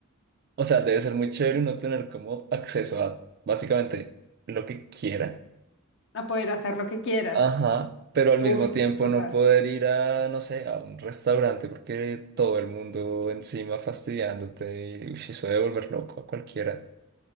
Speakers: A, on the right; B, on the left.
A: O sea, debe ser muy chévere uno tener como acceso a básicamente lo que quiera.
B: A poder hacer lo que quieras.
A: Ajá, pero al
B: Uf,
A: mismo tiempo
B: total.
A: no poder ir a, no sé, a un restaurante porque todo el mundo encima fastidiándote y uy, eso debe volver loco a cualquiera.